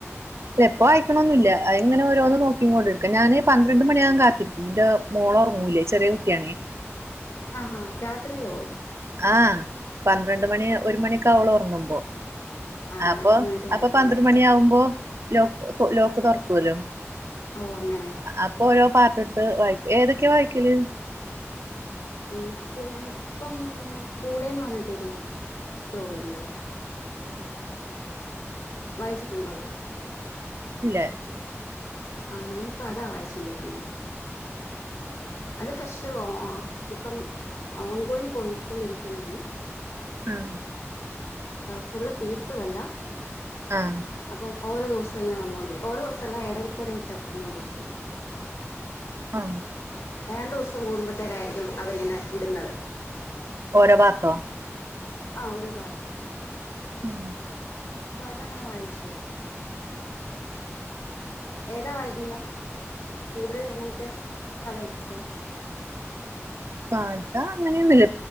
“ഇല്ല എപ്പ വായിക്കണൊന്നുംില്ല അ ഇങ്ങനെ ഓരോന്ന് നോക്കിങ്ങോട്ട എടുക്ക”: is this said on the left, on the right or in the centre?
Right